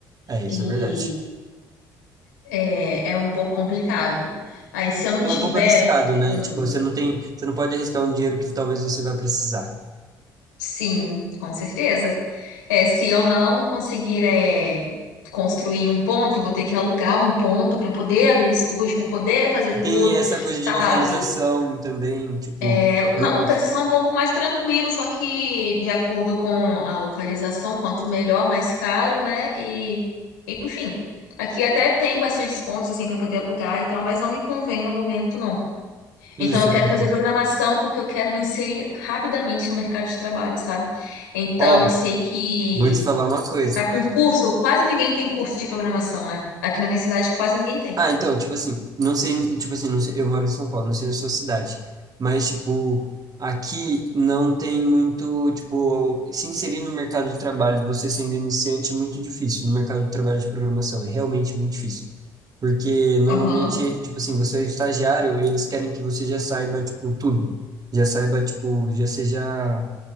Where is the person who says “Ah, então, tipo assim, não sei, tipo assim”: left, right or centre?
Right